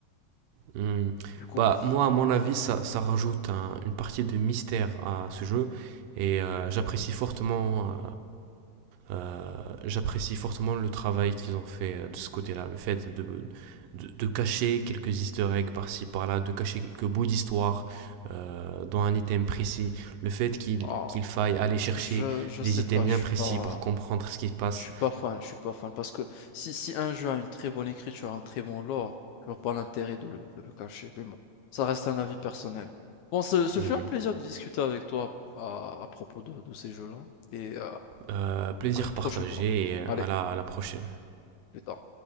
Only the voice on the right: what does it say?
Hmm.
Bah,
moi, à mon avis, ça, ça rajoute un- une partie de mystère à ce jeu et euh, j'apprécie fortement, euh, euh, j'apprécie fortement le travail qu'ils ont fait euh, de ce côté-là, le fait de, de, de cacher quelques easter eggs par-ci, par-là, de cacher quelques bouts d'histoire euh, dans un item précis, le fait qu'il
qu'il faille aller chercher
des
items
bien
précis
pour comprendre ce qui se passe.
Hmm.
Euh, plaisir
partagé
et à
la, à la prochaine.